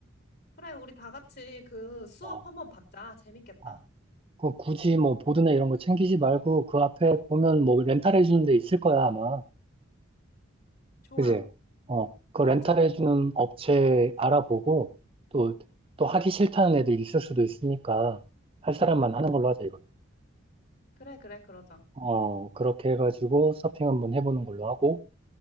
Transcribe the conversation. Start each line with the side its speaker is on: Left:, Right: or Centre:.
Left: 그래, 우리 다 같이 그 수업
Right: 어,
Left: 한번 받자. 재밌겠다.
Right: 어. 그 굳이 뭐 보드나 이런 거 챙기지 말고 그 앞에 보면 뭐 렌탈해 주는 데 있을 거야, 아마.
Left: 좋아,
Right: 그지? 어, 그
Left: 맞아.
Right: 렌탈해 주는 업체 알아보고 또, 또 하기 싫다는 애들 있을 수도 있으니까 할 사람만 하는 걸로 하자, 이거.
Left: 그래, 그래, 그러자.
Right: 어, 그렇게 해가지고 서핑 한번 해보는 걸로 하고,